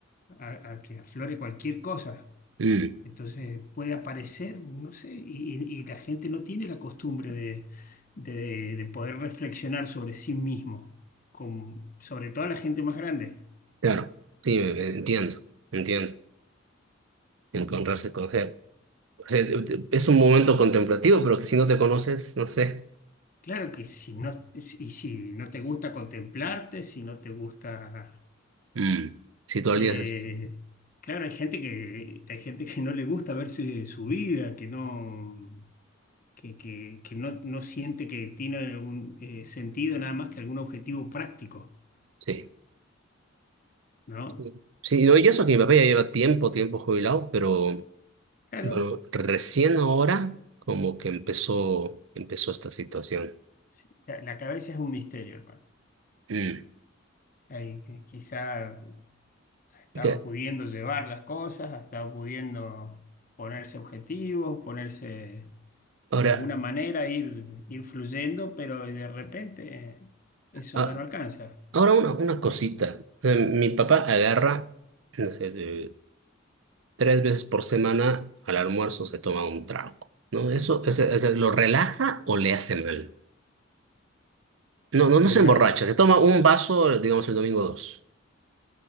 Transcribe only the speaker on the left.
a, a que aflore cualquier cosa.
Entonces puede aparecer, no sé, y, y la gente no tiene la costumbre de, de- de poder reflexionar sobre sí mismo, con, sobre todo la gente más grande.
Claro que si no, y si no te gusta contemplarte, si no te gusta...
eh,
claro, hay gente que, hay gente que no le gusta verse su vida, que no, que, que- que no, no siente que tiene un eh, sentido nada más que algún objetivo práctico,
¿no?
Claro.
Sí, La la cabeza es un misterio, hermano.
Ahí, eh, quizá ha estado
pudiendo llevar las cosas, ha estado pudiendo ponerse objetivos, ponerse
de alguna manera, ir, ir fluyendo, pero de repente eh, eso
ya no alcanza.
Mirás,